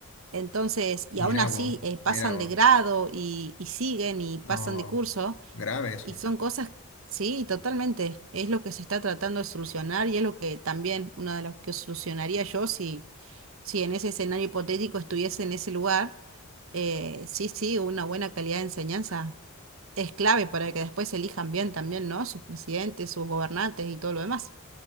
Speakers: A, on the right (about 65°); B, on the left (about 60°).
A: Entonces, y
B: Mira
A: aún así
B: vos,
A: eh, pasan
B: mira vos,
A: de grado y, y siguen y pasan
B: no,
A: de curso.
B: grave eso.
A: Y son cosas, sí, totalmente. Es lo que se está tratando de solucionar y es lo que también, una de las que solucionaría yo si, si en ese escenario hipotético estuviese en ese lugar. Eh, sí, sí, una buena calidad de enseñanza es clave para que después elijan bien también, ¿no? Sus presidentes, sus gobernantes y todo lo demás.